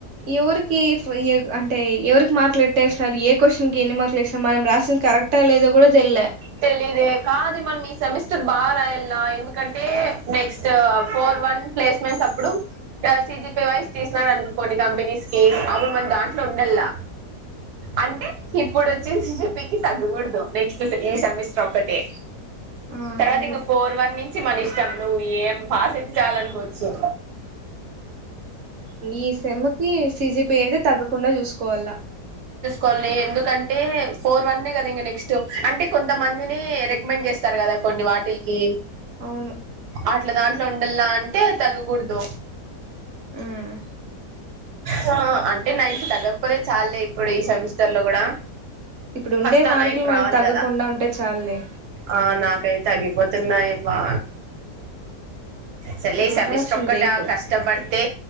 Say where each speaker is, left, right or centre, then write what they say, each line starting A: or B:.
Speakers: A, on the right; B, on the right.
A: ఎవరికి అంటే ఎవరికి మార్కులు ఎట్టే ఎసినరు ఏ కోశానికి ఎన్ని మార్కులు ఏసినారు మనం రాసింది కరెక్టా లేదా కూడా తెల్లే
B: తెలియదే కాదు మన ఈ సెమిస్టర్ బాగా రాయల్లా ఎందుకంటే నెక్స్ట్ ఫోర్ వన్ ప్లేస్మెంట్స్ అప్పుడు సిజిపీ వై తీసినారు అనుకో కొన్ని కంపెనీస్ కి అప్పుడు మన దాంట్లో ఉండల్లా అంటే ఇప్పుడు వచ్చే సిజిపికి తగ్గకూడదు నెక్స్ట్ ఈ సెమిస్టర్ ఒక్కటే
A: ఆ
B: తర్వాత
A: అవును
B: ఇంక ఫోర్ వన్ నుంచి మన ఇష్టం నువ్వు ఏం పాస్ అయితే చయాలనుకోవచ్చు
A: ఈ సేము కి సిజిపి అయితే తగ్గకుండా చూసుకోవాల
B: కొన్ని ఎందుకంటే ఫోర్ వన్ కదా ఇంక నెక్స్ట్ అంటే కొంతమందిని రికమెండ్ చేస్తారు కదా కొన్ని వాటిలకి
A: అవును
B: అట్లా దాంట్లో ఉండల్లా అంటే తగ్గకూడదు
A: ఉమ్,
B: హ అంటే నైన్ కి తగ్గకపోతే చాల్లె ఇప్పుడు ఈ సెమిస్టర్ లో కూడా
A: ఇప్పుడు ఉండే
B: ఫస్ట్ ఆ
A: మార్కులు
B: నైన్
A: మనయి
B: రావాలి
A: తగ్గకుండా
B: కదా
A: ఉంటే చాలులే
B: ఆ నాకైతే పోతున్నాయి బా సరేలే ఈ
A: ఓవరాక్షన్
B: సమిస్టర్ ఒక్కట
A: చేయకు
B: కష్టం పడితే